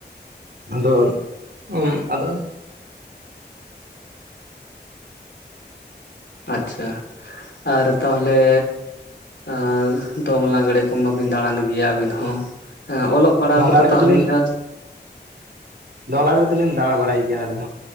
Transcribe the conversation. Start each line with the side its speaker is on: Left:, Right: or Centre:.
Right: ᱟᱫᱚ ᱩᱸᱜ ᱟᱫᱚ
Left: ᱟᱪᱷᱟ, ᱟᱨ ᱛᱟᱦᱞᱮ ᱟᱨ ᱫᱚᱝ ᱞᱟᱜᱽᱲᱮ ᱠᱚ ᱢᱟ ᱵᱤᱱ ᱫᱟᱬᱟᱱ ᱜᱮᱭᱟ ᱟᱵᱤᱱ ᱦᱚᱸ᱾ ᱦᱮᱸ, ᱚᱞᱚᱜ ᱯᱟᱲᱦᱟᱣ
Right: ᱫᱚᱝ
Left: ᱠᱚᱫᱚ
Right: ᱞᱟᱜᱽᱲᱮ
Left: ᱛᱟᱦᱚᱞᱮ
Right: ᱠᱚᱫᱚᱞᱤᱧ
Left: ᱠᱷᱟᱱ
Right: ᱫᱚᱝ, ᱞᱟᱜᱽᱲᱮ ᱫᱚᱞᱤᱧ ᱫᱟᱲᱟ ᱵᱟᱲᱟᱭ ᱜᱮᱭᱟ ᱟᱹᱞᱤᱧ ᱦᱚᱸ ᱾